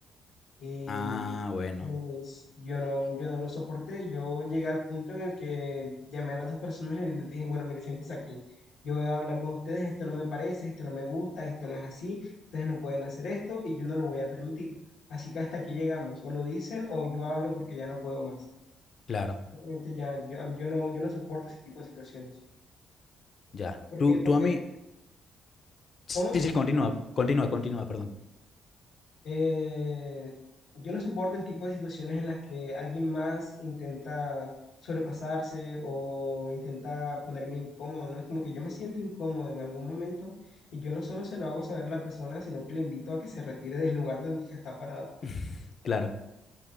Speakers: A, on the left; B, on the left.
A: Y
B: Ah, bueno,
A: pues yo no, yo no lo soporté, yo llegué al punto en el que llamé a las dos personas y les dije, bueno, mire, siéntese aquí. Yo voy a hablar con ustedes, esto no me parece, esto no me gusta, esto no es así, ustedes no pueden hacer esto y yo no lo voy a permitir. Así que hasta aquí llegamos, o lo dicen o yo hablo porque ya no puedo más.
B: claro,
A: Realmente ya, yo, a- yo no, yo no soporto ese tipo de situaciones.
B: ya.
A: Porque,
B: Tú, tú
A: porque,
B: a mí, sí,
A: ¿cómo?
B: sí, sí, continúa, continúa, continúa, perdón.
A: Eh, yo no soporto el tipo de situaciones en las que alguien más intenta sobrepasarse o intenta ponerme incómodo, ¿no? Es como que yo me siento incómodo en algún momento y yo no solo se lo hago saber a la persona, sino que le invito a que se retire del lugar donde se está parado.
B: <laughs> Claro,